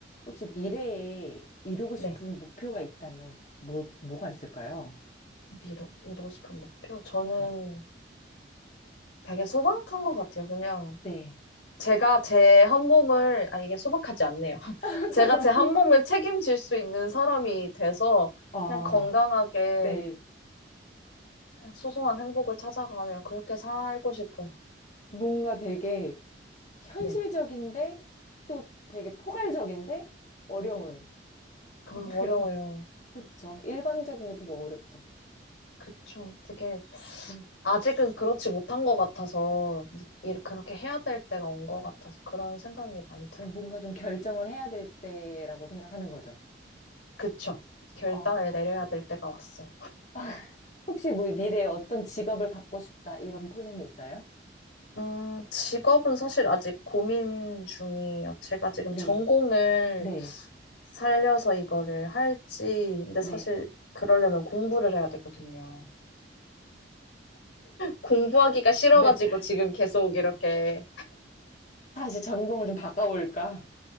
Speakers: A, on the left; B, on the left.
A: 혹시 미래에 이루고 싶은
B: 네,
A: 목표가 있다면 뭘, 뭐가 있을까요?
B: 미 이루고 싶은 목표. 저는
A: 네.
B: 되게 소박한 것 같아요. 그냥
A: 네.
B: 제가 제 한 몸을, 아, 이게 소박하지 않네요. <laughs>
A: <laughs>
B: 제가 제 한 몸을 책임질 수 있는 사람이 돼서
A: 아,
B: 그냥 건강하게
A: 네.
B: 소소한 행복을 찾아가며 그렇게 살고 싶어요.
A: 뭔가 되게 현실적인데
B: 네,
A: 또 되게 포괄적인데 어려운
B: 그거
A: <laughs> 그런,
B: 어려워요.
A: 그쵸. 일반적인 게 되게 어렵죠.
B: 그쵸. 되게
A: 네.
B: 아직은 그렇지 못한 것 같아서 이렇게 그렇게 해야 될 때가 온 것 같아서 그런 생각이 많이 들어요.
A: 뭔가 좀 결정을 해야 될 때라고 생각하는 거죠.
B: 그쵸. 결단을
A: 아,
B: 내려야 될 때가 왔어요.
A: <laughs> 혹시 뭐 미래에 어떤 직업을 갖고 싶다 이런 플랜이 있어요?
B: 음, 직업은 사실 아직 고민 중이에요. 제가 지금
A: 네.
B: 전공을
A: 네.
B: 살려서 이거를 할지, 근데
A: 네.
B: 사실 그러려면 공부를 해야 되거든요. 공부하기가 싫어가지고
A: 네.
B: 지금 계속 이렇게,
A: 다시 전공을 좀 바꿔볼까?